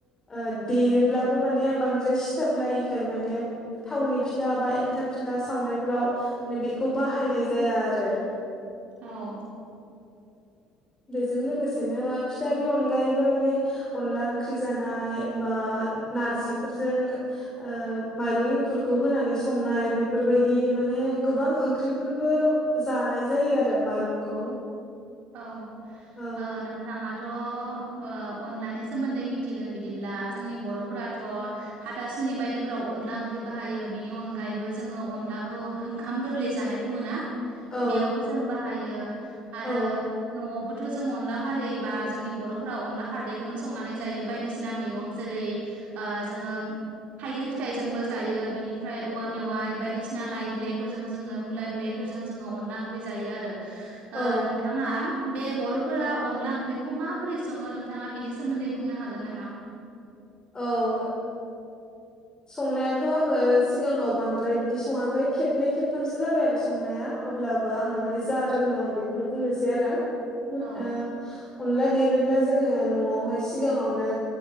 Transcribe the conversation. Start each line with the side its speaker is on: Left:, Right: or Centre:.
Left: ओ देयोब्लाबो माने बांद्राय सिथाब लायिखाय माने थावनि फिथा बा एन्थाब फिथा सावनायफोराव ने बेखौ बाहायनाय जाया आरो
Right: औ
Left: बेजों लोगोसेनो फिथानि अनगायैबो माने अनला ओंख्रि जानाय बा नारजिफोरजों
Right: औ
Left: ओ माइरं एंखुरखौ होनानै संनाय बेफोरबायदि माने गोबां ओंख्रि फोरबो जानाय जायो आरो माइरंखौ
Right: औ
Left: औ
Right: ओ नों नथाङाथ ओ अनलानि सोमोन्दै मिथिगोन बिदिब्ला जोंनि बरफोराथ हाथासुनि बायदिफोराव अनला ओंख्रि बाहायो बेनि अनगायैबो जोङो अनलाखौ ओंखाम गोरलै जानाय बुङो ना
Left: औ
Right: बेयावबो जों बाहायो आरो
Left: औ
Right: न'आवबोथ' जों अनला खारैबा जोंनि बर'फोरा अनला खारदैखोनो संनानै जायो बायदिसिना मैगं ज जेरै ओ जोङोम थाइगिर फिथाइजोंबो जायो बिनिफ्राय औवा मेवाइ बायदिसिना लाइ बिलाइफोरजों जोङो मुला बिलाइ फोरजों जोङो अनला ओंख्रि जायो आरो
Left: औ
Right: ओ नोंथ थाङा बे बर'फोरा अनला ओंख्रिखौ माबोरै सङो नोंथाङा बेनि सोमोन्दै बुंनो हागोन नामा?
Left: औ ओ संनायाथ' आङो सिगाङाव बांद्राय बिदि सङाखै खेबनै खेबथामसो जाबाय आरो स संनाया अब्लाबो आङो माने जा रोङो आं बेखौनो बुंनोसै आरो ओ
Right: औ
Left: अनला देनोब्ला जोङो न'आवहाय सिगाङावनो